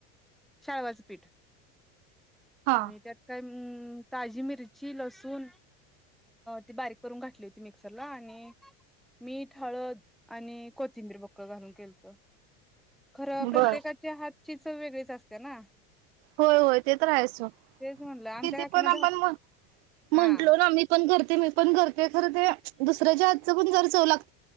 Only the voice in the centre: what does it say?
शाळवाचं पीठ.
आणि त्यात काय हम्म ताजी मिरची लसूण ती बारीक करून घातली होती मिक्सरला आणि मीठ, हळद आणि कोथिंबीर बघ. क घालुन केलंत. खरं प्रत्येकाच्या
हाता ची चव वेगळीच असते ना?
तेच म्हणलं आमच्या
काकीना
हा